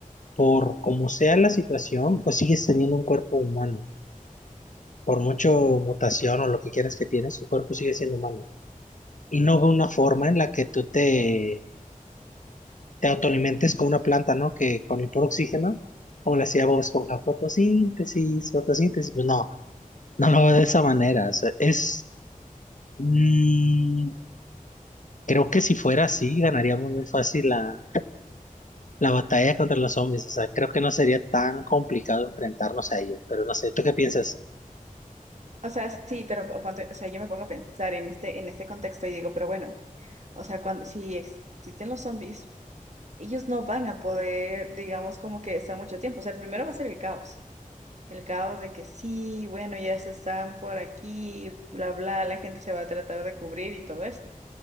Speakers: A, on the left; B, on the right.
A: por como sea la situación, pues sigues teniendo un cuerpo humano. Por mucho mutación o lo que quieras que tienes, tu cuerpo sigue siendo humano. Y no veo una forma en la que tú te, te autoalimentes con una planta, ¿no? Que con el puro oxígeno, como le hacía Bob Esponja, fotosíntesis, fotosíntesis. Pues no, no lo veo de esa manera. O sea, es, mm, creo que si fuera así, ganaríamos muy fácil la, la batalla contra los zombies. O sea, creo que no sería tan complicado enfrentarnos a ellos. Pero no sé, ¿tú qué piensas?
B: O sea, sí, pero ponte- o sea, yo me pongo a pensar en este, en este contexto y digo, pero bueno, o sea, cuando, si existen los zombies. ellos no van a poder, digamos, como que estar mucho tiempo. O sea, el primero va a ser el caos. El caos de que sí, bueno, ya se están por aquí, bla, bla, la gente se va a tratar de cubrir y todo eso.